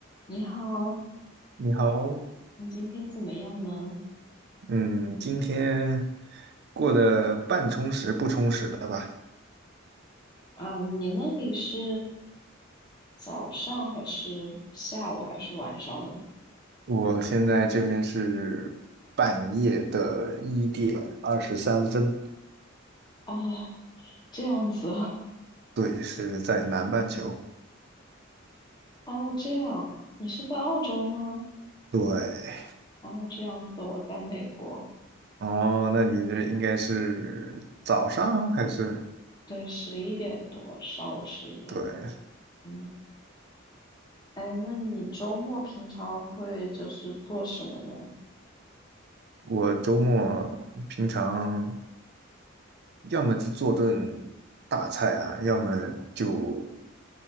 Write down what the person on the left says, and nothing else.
你好，
你今天怎么样呢？
啊，你那里是早上还是下午还是晚上呢？
哦，这样子啊，
哦，这样，你是在澳洲吗？
哦，这样子，我在美国，
对，十一点多，上午十一点多。
嗯，哎，那你周末平常会就是做什么呢？